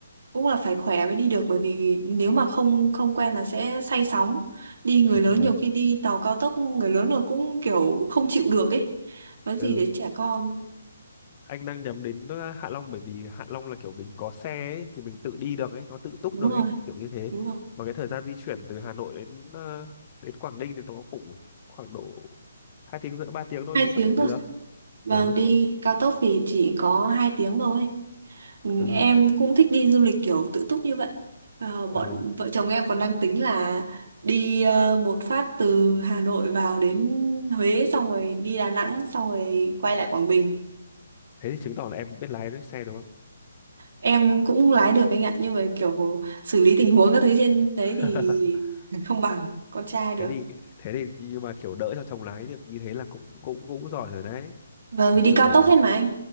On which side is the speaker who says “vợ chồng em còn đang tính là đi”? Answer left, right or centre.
Right